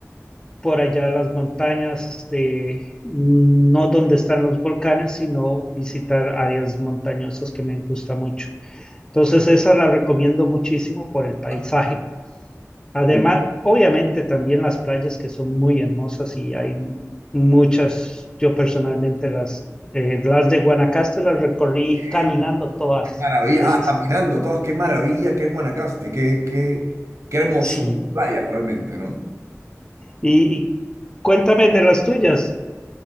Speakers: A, on the left; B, on the right.
A: por allá en las montañas de, mm, no donde están los volcanes, sino visitar áreas montañosas que me gusta mucho. Entonces esa la recomiendo muchísimo por el paisaje.
B: Ajá. Ah,
A: Además, sí. obviamente también las playas que son muy hermosas y hay muchas, yo personalmente las, eh, las de Guanacaste las recorrí
B: Sí.
A: caminando todas.
B: Qué maravilla.
A: Entonces,
B: Ah, caminando
A: sí.
B: todas, qué maravilla que es Guanacaste, qué, qué, qué hermosura
A: sí.
B: de playas realmente, ¿no?
A: Y, y cuéntame de las tuyas.